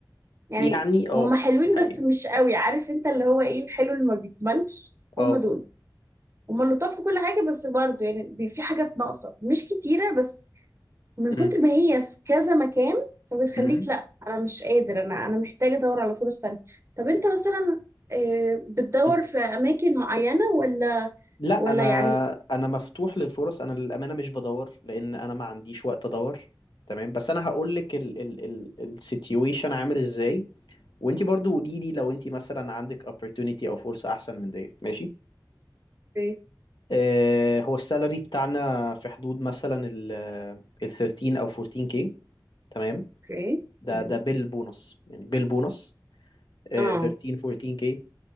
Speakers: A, on the right; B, on the left.
A: يعني
B: يعني اه
A: هم حلوين
B: دي حقيقه
A: بس مش قوي عارف انت اللي هو ايه الحلو اللي ما بيكملش
B: اه
A: هم دول هما لطاف في كل حاجة بس برضه يعني بي- في حاجات ناقصة مش كتيرة بس من كتر
B: م-
A: ما هي في كذا مكان فبتخليك
B: م-
A: لا أنا مش قادر أنا أنا محتاجة أدور على فرص تانية طب أنت مثلا آه، بتدور
B: م-
A: في أماكن معينة ولا
B: لا
A: ولا
B: انا
A: يعني
B: انا مفتوح للفرص انا للامانه مش بدور لان انا ما عنديش وقت ادور تمام بس انا هقول لك ال ال ال السيتويشن عامل ازاي وانت برضو قولي لي لو انت مثلا عندك opportunity او فرصه احسن من ديت ماشي
A: أوكي
B: آه هو السالري بتاعنا في حدود مثلا ال ال 13 او 14 كي تمام
A: أوكي
B: ده
A: مهم.
B: ده بالبونص يعني بالبونص آه
A: آه
B: 13 14 كي